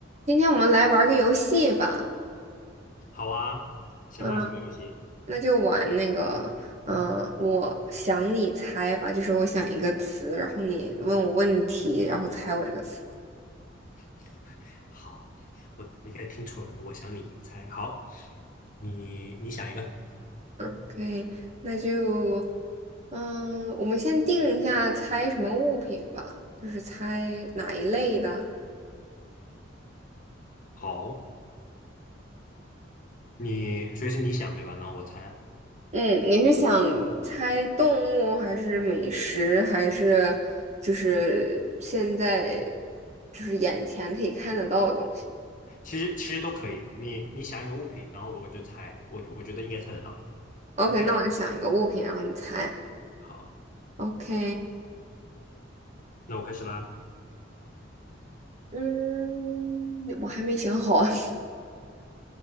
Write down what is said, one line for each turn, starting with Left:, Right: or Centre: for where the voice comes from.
Right: 今天我们来玩个游戏吧，
Left: 好啊，想玩什么游戏？
Right: 嗯，那就玩那个，嗯，我想你猜吧，就是我想一个词，然后你问我问题，然后猜我这个词。
Left: <laughs> 好，我我应该听错了，我想你猜。好，你你想一个。
Right: OK，那就，嗯，我们先定一下猜什么物品吧，就是猜哪一类的。
Left: 好，你所以是你想对吧？然后我猜，
Right: 嗯，你是想猜动物，还是美食，还是就是现在就是眼前可以看得到的东西？
Left: 其实其实都可以。你你想一个物品，然后我就猜，我我觉得应该猜得到，
Right: OK，
Left: 应该
Right: 那我就想一个物品，然后你猜。
Left: 好。
Right: OK，
Left: 那我开始啦。
Right: 嗯，我还没想好啊 <laughs>